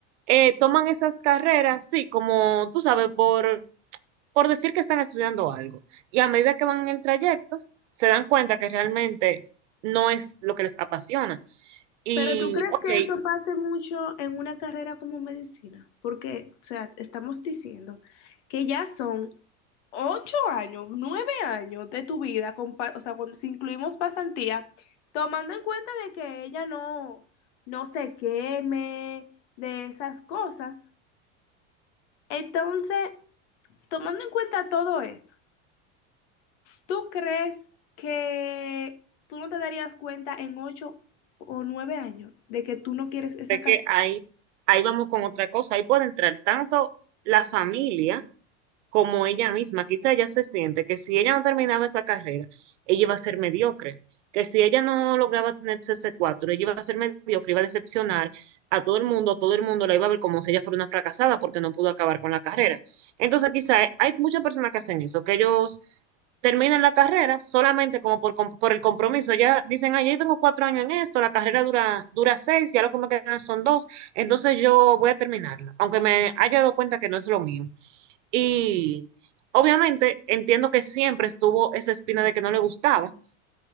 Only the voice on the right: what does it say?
eh, toman esas carreras, sí, como tú sabes, por, por decir que están estudiando algo. Y a medida que van en el trayecto, se dan cuenta que realmente no es lo que les apasiona y,
ok,
ve
que ahí, ahí vamos con otra cosa. Ahí puede entrar tanto la familia como ella misma. Quizá ella se siente que si ella no terminaba esa carrera, ella iba a ser mediocre. Que si ella no lograba tener su S4, ella iba a ser mediocre, iba a decepcionar a todo el mundo, todo el mundo la iba a ver como si ella fuera una fracasada porque no pudo acabar con la carrera. Entonces, quizá hay muchas personas que hacen eso, que ellos terminan la carrera solamente como por, com- por el compromiso. Ya dicen, ah, yo tengo cuatro años en esto, la carrera dura, dura seis, ya lo que me quedan son dos, entonces yo voy a terminarla, aunque me haya dado cuenta que no es lo mío. Y obviamente entiendo que siempre estuvo esa espina de que no le gustaba,